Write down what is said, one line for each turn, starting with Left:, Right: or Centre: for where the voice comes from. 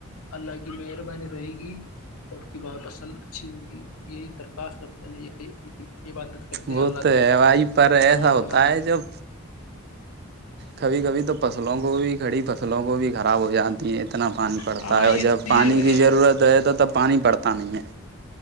Left: اللہ کی مہربانی رہے گی تو آپ کی بات اصل اچھی ہوگی یہی درخواست کرتے ہیں یہی عبادت کرتے
Right: وہ
Left: ہیں اللہ
Right: تو
Left: سے،
Right: ہے وہیں پر ایسا
Left: اللہ
Right: ہوتا
Left: تعالی
Right: ہے جب کبھی کبھی تو فصلوں کو بھی کھڑی فصلوں کو بھی خراب ہو جاتا اتنا پانی پڑتا
Left: ہاں
Right: ہے اور
Left: یہ
Right: جب
Left: تو
Right: پانی
Left: یہ
Right: کی ضرورت ہے تو تب پانی پڑتا نہیں ہے